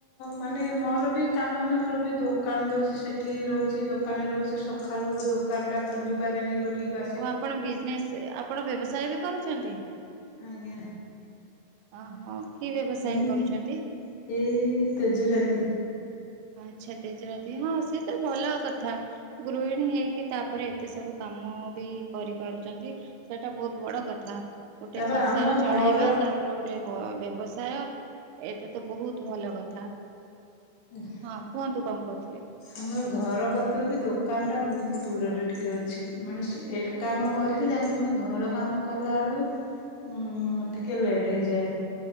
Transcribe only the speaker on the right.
ଓହୋ ଆପଣ ବିଜନେସ ଆପଣ ବ୍ୟବସାୟ ବି କରୁଛନ୍ତି?
ଅହୋ କି ବ୍ୟବସାୟ
କରୁଛନ୍ତି?
ଆଚ୍ଛା ତେଜରାତି ହଁ ସିଏ ତ ଭଲ କଥା। ଗୃହିଣୀ ହେଇକି ତାପରେ ଏତେ ସବୁ କାମ ବି କରିପାରୁଚନ୍ତି। ସେଇଟା ବହୁତ ବଡ କଥା ଗୋଟେ
ସଂସାର
ଚଳେଇବା
ତା ତାପରେ ଗୋଟେ ବ-ବ୍ୟବସାୟ ଏଥିରେ ତ ବହୁତ ଭଲ କଥା।
ହଁ କୁହନ୍ତୁ କଣ କହୁଥିଲେ?